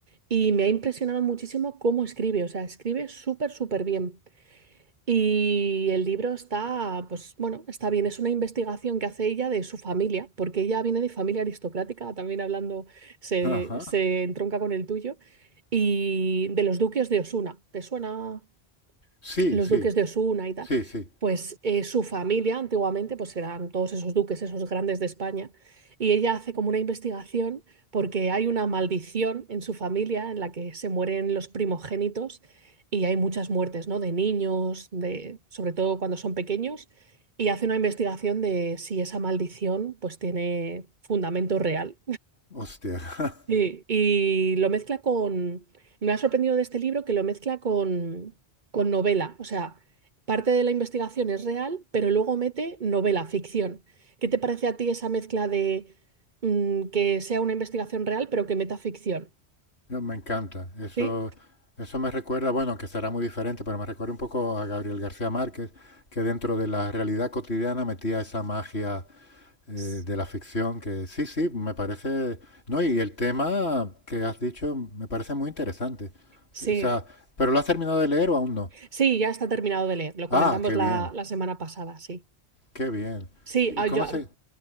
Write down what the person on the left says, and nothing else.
Ajá.
Sí,
sí,
sí, sí.
Hostia. <laughs>
No, Me encanta. Eso,
eso me recuerda, bueno, que será muy diferente, pero me recuerda un poco a Gabriel García Márquez, que dentro de la realidad cotidiana metía esa magia eh,
de la ficción, que sí, sí, me parece... No, y el tema que has dicho me parece muy interesante.
O sea, ¿pero lo has terminado de leer o aún no?
Ah, qué
bien,
qué bien.
¿Y
cómo
se...